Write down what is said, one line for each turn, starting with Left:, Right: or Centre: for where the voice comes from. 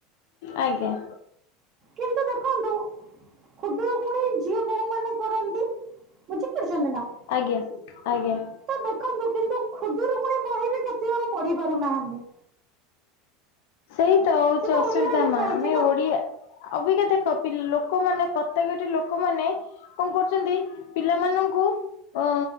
Left: ଆଜ୍ଞା।
Right: କିନ୍ତୁ ଦେଖନ୍ତୁ ଖୁଦରୁକୁଣି ଝିଅ ବୋହୂ ମାନେ କରନ୍ତି ବୁଝି ପାରୁଛନ୍ତି ନା?
Left: ଆଜ୍ଞା ଆଜ୍ଞା।
Right: ତ ଦେଖନ୍ତୁ କିନ୍ତୁ ଖୁଦୁରୁକୁଣି ବହି ବି କେତେ ଜଣ ପଢି ପାରୁନାହାନ୍ତି।
Left: ସେଇ ତ ହଉଛି
Right: ସେ
Left: ଅସୁବିଧା
Right: ଓଡ଼ିଆରେ ଲେଖା
Left: ମା
Right: ହେଇଛି
Left: ଆମେ
Right: ନା
Left: ଓଡିଆ ଅବିକା ଦେଖ ପି ଲୋକମାନେ ପ୍ରତ୍ୟେକ ଟି ଲୋକମାନେ -- କଣ କରୁଛନ୍ତି ପିଲାମାନଙ୍କୁ ଅ